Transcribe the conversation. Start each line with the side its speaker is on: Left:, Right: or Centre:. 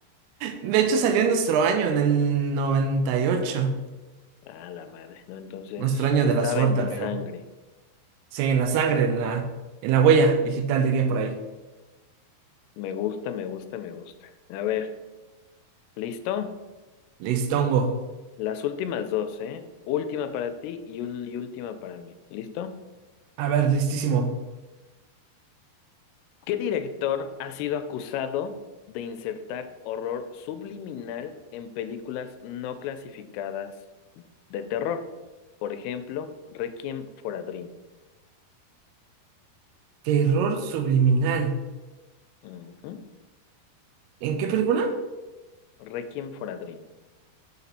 Right: De hecho, salió en nuestro año, en el 98.
Left: Ah, la madre, ¿no? Entonces,
Right: Nuestro año
Left: estaba
Right: de la suerte,
Left: en mi
Right: amigo.
Left: sangre.
Right: Sí, en la sangre, en la, en la huella digital, diría por ahí.
Left: Me gusta, me gusta, me gusta. A ver, ¿listo?
Right: Listongo.
Left: Las últimas dos, ¿eh? Última para ti y, ul- y última para mí. ¿Listo?
Right: A ver, listísimo.
Left: ¿Qué director ha sido acusado de insertar horror subliminal en películas no clasificadas de terror? Por ejemplo, Requiem for a Dream.
Right: Terror subliminal.
Left: Ujú.
Right: ¿En qué película?
Left: Requiem for a Dream.